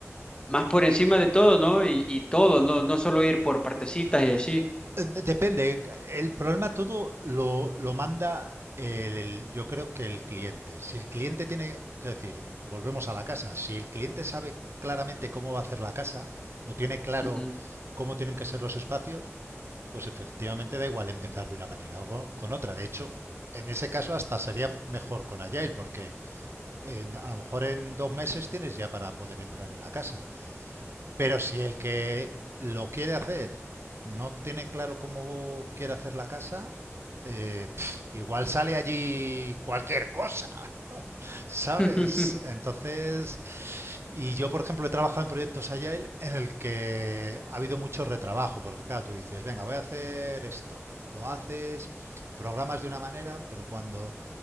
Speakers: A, on the left (about 20°); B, on the right (about 55°).
A: más por encima de todo, ¿no? Y, y todo, no, no solo ir por partecitas y así.
B: Eh, Depende. El problema todo lo, lo manda el, yo creo que el cliente. Si el cliente tiene, que decir, volvemos a la casa. Si el cliente sabe claramente cómo va a hacer la casa o tiene claro
A: Ujú.
B: cómo tienen que ser los espacios, pues efectivamente da igual empezar de una manera o con, con otra. De hecho, en ese caso hasta sería mejor con Agile porque en- a lo mejor en dos meses tienes ya para poder entrar en la casa. Pero si el que lo quiere hacer no tiene claro cómo quiere hacer la casa, eh, pf, igual sale allí cualquier cosa, <laughs> ¿sabes?
A: <laughs>
B: Entonces, y yo, por ejemplo, he trabajado en proyectos Agile en el que ha habido mucho retrabajo, porque claro, tú dices, venga, voy a hacer esto, lo haces, programas de una manera, pero cuando